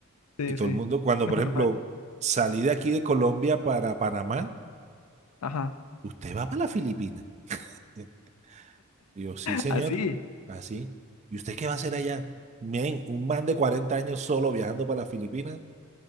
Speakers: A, on the left (about 85°); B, on the right (about 30°).
A: sí,
B: Y todo
A: sí,
B: el mundo, cuando
A: <laughs> normal,
B: por ejemplo salí de aquí de Colombia para Panamá,
A: ajá,
B: usted va para las Filipinas. <laughs> Y yo, sí, señor,
A: así,
B: así. ¿Y usted qué va a hacer allá? Men, un man de 40 años solo viajando para las Filipinas